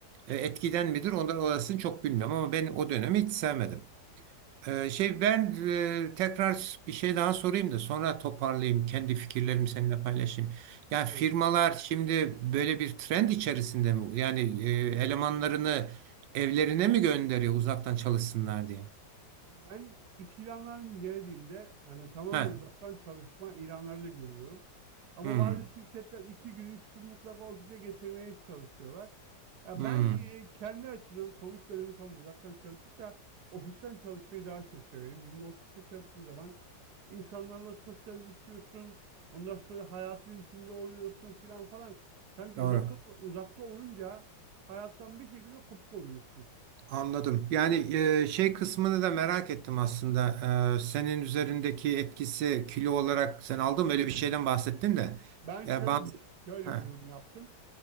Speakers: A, on the right; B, on the right.
A: e, etkiden midir? Onu, orasını çok bilmiyorum ama ben o dönemi hiç sevmedim. Ee, şey ben e, tekrar bir şey daha sorayım da sonra toparlayayım kendi fikirlerimi
B: Tabii.
A: seninle paylaşayım. Yani
B: Tabii.
A: firmalar şimdi böyle bir trend içerisinde mi? Yani e, elemanlarını evlerine mi gönderiyor uzaktan çalışsınlar diye?
B: Abi Ben iş ilanlarını incelediğimde hani tamamen
A: Ha.
B: uzaktan çalışma ilanları da görüyorum. Ama
A: Hmm.
B: bazı şirketler iki gün, üç gün mutlaka ofise getirmeye çalışıyorlar. Ya
A: Hmm.
B: ben e, kendi açımdan Covid dönemi tam uzaktan çalıştık da ofisten çalışmayı daha çok severim. Çünkü ofiste çalıştığın zaman insanlarla sosyalleşiyorsun. Ondan sonra hayatın içinde oluyorsun filan falan. Sanki
A: Doğru.
B: uzakta uzakta olunca hayattan bir şekilde kopuk oluyorsun.
A: Anladım. Yani e, şey kısmını da merak ettim aslında. E, senin üzerindeki etkisi kilo olarak sen aldın mı? Öyle bir şeyden bahsettin de.
B: Ben
A: Ya
B: şöyle
A: bazı
B: bir şöyle
A: ha.
B: bir durum yaptım.